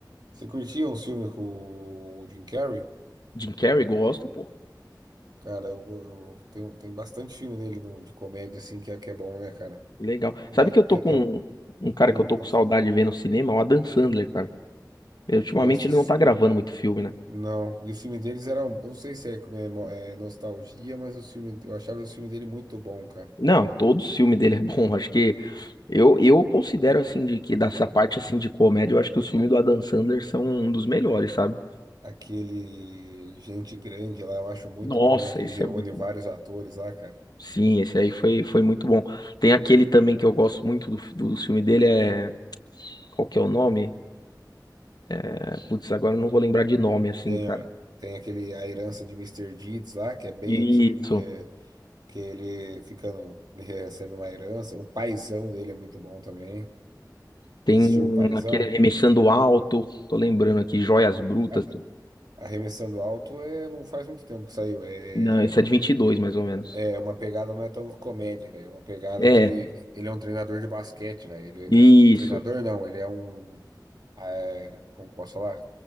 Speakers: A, on the right; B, on the left.
A: Você curtia um filme com o Jim Carrey?
B: Jim Carrey, gosto, pô.
A: Cara, eu, eu- tem, tem bastante filme dele no- de comédia, assim, que é, que é bom, né, cara?
B: Legal.
A: Mas
B: Sabe que eu tô
A: é,
B: com
A: é-
B: um cara
A: hum,
B: que eu tô
A: pode
B: com saudade
A: falar.
B: de ver no cinema? O Adam Sandler, cara. Eh, Ultimamente
A: Nossa,
B: ele
A: s-
B: não tá gravando muito filme, né?
A: não. E os filmes deles eram. Eu não sei se é, como é, mo- é nostalgia, mas os filmes, eu achava os filmes dele muito bom, cara.
B: Não, todo filme dele é bom. <laughs> Acho que eu, eu considero assim de que dessa parte assim de comédia, eu acho que os filmes do Adam Sandler são um dos melhores, sabe?
A: Aquele Gente Grande lá, eu acho muito
B: Nossa,
A: bom lá, que
B: esse
A: ele reúne
B: é muito bom.
A: vários atores lá, cara.
B: Sim, esse aí foi, foi muito bom. Tem aquele também que eu gosto muito do, do filme dele, é. Qual que é o nome? É, Putz, agora eu não vou lembrar de nome, assim,
A: Tem,
B: cara.
A: a, tem aquele A Herança de Mister Deeds lá, que é bem
B: Isso.
A: antigo, que é, que ele ficando. Ele recebe uma herança. O paizão dele é muito bom também.
B: Tem
A: Já assistiu o Paizão?
B: aquele Remexendo Alto, tô lembrando aqui, Joias Brutas.
A: A-
B: tô-
A: Arremessando alto é, não faz muito tempo que saiu. É,
B: Não, esse é de 22 mais ou menos.
A: é uma pegada, não é tão comédia, velho. É uma pegada
B: É,
A: de. Ele é um treinador de basquete, velho. Ele
B: isso.
A: é, é é treinador, não. Ele é um. ah, é, como que eu posso falar?